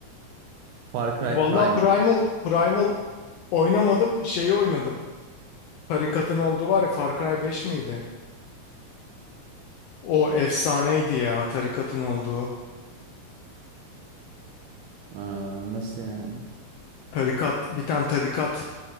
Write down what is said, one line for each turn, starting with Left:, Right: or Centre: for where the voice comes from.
Right: Far Cry
Left: Valla
Right: Primal.
Left: Primal Primal oynamadım. Şeyi oynadım. Tarikatın olduğu var ya Far Cry 5 miydi? O efsaneydi ya tarikatın olduğu.
Right: Aa, nasıl yani?
Left: Tarikat, bir tane tarikat